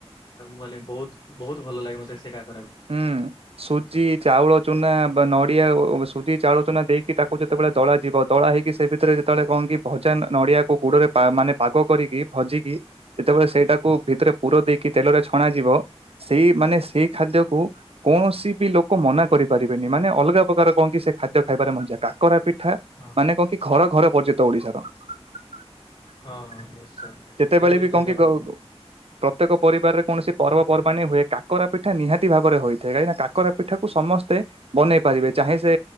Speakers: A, on the left; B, on the right.
A: ମାନେ, ବହୁତ ବହୁତ ଭଲ ଲାଗ ତେ ସେ <unintelligible>
B: ହୁଁ ସୁଜି, ଚାଉଳ ଚୁନା ବା ନଡ଼ିଆ ସୁଜି ଚାଉଳ ଚୂନା ଦେଇକି ତାକୁ ଯେତେବେଳେ ଦଳାଯିବ, ଦଳା ହେଇକି ସେ ଭିତରେ ଯେତେବେଳେ କଣ କି ଭଜା ନଡିଆକୁ ଗୁଡରେ ମାନେ ପାଗ କରିକି, ଭାଜିକି, ଯେତେବେଳେ ସେଇଟାକୁ ଭିତରେ ପୁର ଦେଇକି କି ତେଲରେ ଛଣା ଯିବ ସେଇ ମାନେ ସେଇ ଖାଦ୍ୟ କୌଣସି ବି ଲୋକ ମନା କରିପାରିବେନି, ମାନେ ଅଲଗା ପ୍ରକାର କଣ କି ସେ ଖାଦ୍ୟ ଖାଇବାରେ ମଜା କାକରା ପିଠା ଏ
A: ହଁ
B: ମାନେ କହ କି ଘର ଘର ପର୍ଯ୍ୟନ୍ତ ଓଡିଶାର <unintelligible>
A: ହଁ ହଁ ନିଶ୍ଚୟ
B: ଯେତେବେଳେ
A: ଯେ
B: ବି
A: ଯେମିତି
B: କଣ କି
A: ଆପଣ
B: -ପ୍ରତ୍ୟେକ ପରିବାରରେ କୌଣସି ପର୍ବପର୍ବାଣି ହୁଏ, କାକର ପିଠା ନିହାତି ଭାବରେ ହୋଇଥାଏ କାହିଁକି ନା କାକରା ପିଠା କୁ ସମସ୍ତେ ବନେଇ ପାରିବେ, ଚାହେଁ ସେ